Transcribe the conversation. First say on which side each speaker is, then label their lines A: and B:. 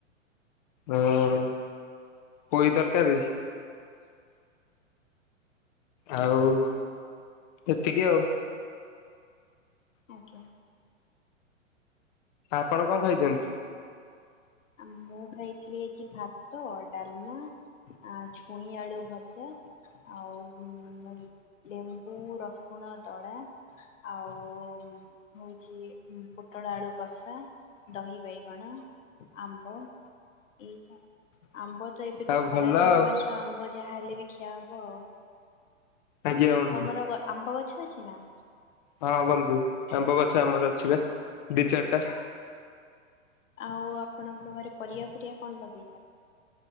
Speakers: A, on the left; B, on the left.
A: ଅଁ ପୋଇଁ ତରକାରୀ ଆଉ ଏତିକି ଆଉ।
B: ଆଜ୍ଞା।
A: ଆପଣ କଣ ଖାଇଚନ୍ତି।
B: ଆ ମୁଁ ଖାଇଥିଲି ଆଜି ଭାତ ଡ଼ାଲମା ଆ ଛୁଇଁ ଆଳୁ ଭଜା ଆଉ ଉଁ ଲେମ୍ବୁ ରସୁଣ ଦଳା ଆଉ ହଉଚି ପୁଟଳ ଆଳୁ କଷା ଦହି ବାଇଗଣ ଆମ୍ବ ଏଇତ ଆମ୍ବତ ଏବେତ
A: ଆଉ
B: ଖରା
A: ଭଲ
B: ଦିନ
A: ଆଉ
B: ମାନେତ ଆମ୍ ବ ଯାହା ହେଲେବି ଖିଆ ହବ ଆଉ।
A: ଆଜ୍ଞା ବନ୍ଧୁ
B: ତମର ଗ ଆମ୍ବ ଗଛ ଅଛିନା?
A: ହଁ ବନ୍ଧୁ ଆମ୍ବ ଗଛ ଆମର ଅଛିବା ଦି ଚାରିଟା।
B: ଆଉ ଆପଣଙ୍କ ଘରେ ପରିବା ଫିରିବା କଣ ଲଗେଇଚ?